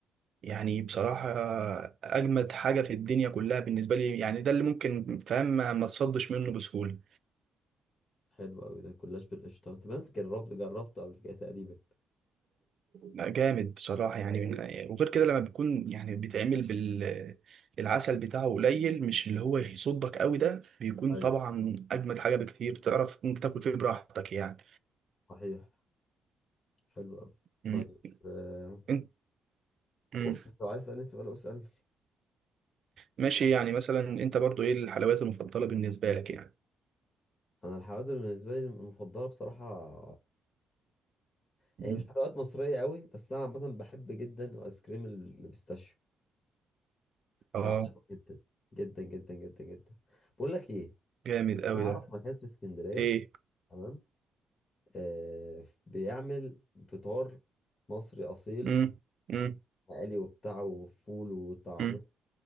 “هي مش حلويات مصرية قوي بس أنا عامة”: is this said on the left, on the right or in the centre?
Left